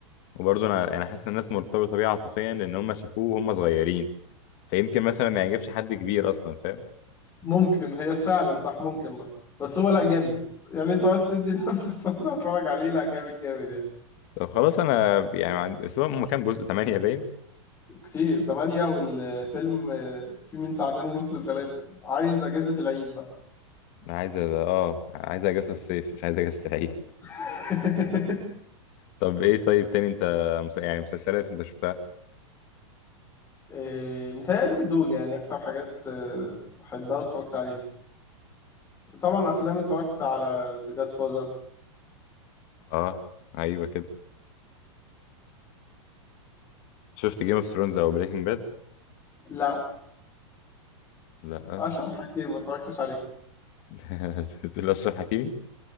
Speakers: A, on the left; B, on the left.
A: وبرضه انا يعني حاسس ان الناس مرتبطه بيه عاطفيا لان هم شافوه وهم صغيرين فيمكن مثلا ما يعجبش حد كبير اصلا فاهم
B: ممكن هي فعلا صح ممكن بقى. بس هو لا جامد يعني انت بس تدي لنفسك <laughs> فرصه تتفرج عليه لا جامد جامد يعني
A: طب خلاص انا يعني ما عندي بس هو هم كام جزء 8 باين
B: كتير تمانية والفيلم آه، فيه من ساعتين ونص لثلاثة عايز اجازة العيد بقى
A: انا عايز أ- اه عايز اجازه الصيف مش عايز اجازه العيد
B: <laughs>
A: طب ايه طيب تاني انت مس... يعني مسلسلات انت شفتها
B: آه، متهيألي دول يعني اكتر حاجات آه، بحبها واتفرجت عليها طبعا افلام اتفرجت على ذا جاد فازر
A: اه ايوه كده شفت جيم اوف ثرونز او بريكنج باد
B: لا
A: لا
B: اشهر حاجتين ما اتفرجتش عليها
A: <laughs> بتقول اشرف حكيمي